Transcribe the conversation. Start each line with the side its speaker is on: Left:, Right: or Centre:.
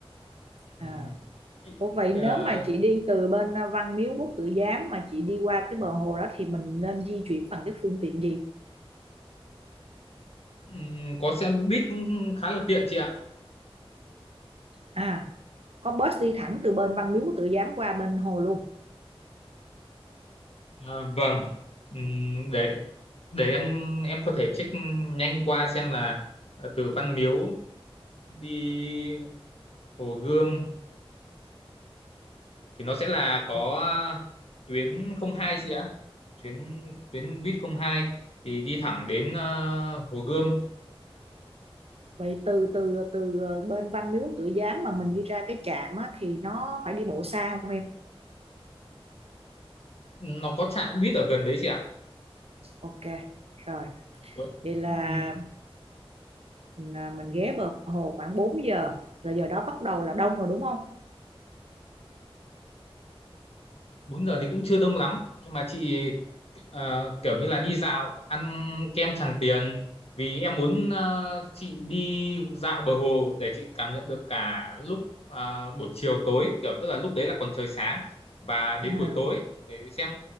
Right: À.
Left: Ừ. Chị
Right: Ủa vậy
Left: ờ,
Right: nếu mà chị đi từ bên à, Văn Miếu Quốc Tử Giám mà chị đi qua cái bờ hồ đó thì mình nên di chuyển bằng cái phương tiện gì?
Left: ừm, có xe buýt cũng khá là tiện chị ạ.
Right: À, có bus đi thẳng từ bên Văn Miếu Quốc Tử Giám qua bên hồ luôn.
Left: Ờ, vâng. Ừm, để để em em có thể check nhanh qua xem là ờ, từ Văn Miếu đi Hồ Gươm thì nó sẽ là có
Right: Ủa,
Left: tuyến không hai chị ạ. tuyến tuyến buýt không hai thì đi thẳng đến ờ, Hồ Gươm.
Right: Vậy từ từ từ à, bên Văn Miếu Quốc Tử Giám mà mình đi ra cái trạm á, thì nó phải đi bộ xa không em?
Left: Nó có trạm buýt ở gần đấy chị ạ.
Right: Ok, rồi.
Left: Ủa,
Right: Vậy là
Left: ừm,
Right: mình, à, mình ghé bờ hồ khoảng 4 giờ. Là giờ đó bắt đầu là đông rồi đúng không?
Left: 4 giờ thì cũng chưa đông lắm nhưng mà chị ờ, kiểu như là đi dạo ăn kem Tràng Tiền vì em muốn ờ, chị đi dạo bờ hồ để chị cảm nhận được cả lúc ờ, buổi chiều tối kiểu tức là lúc đấy là còn trời sáng và đến
Right: À,
Left: buổi tối để xem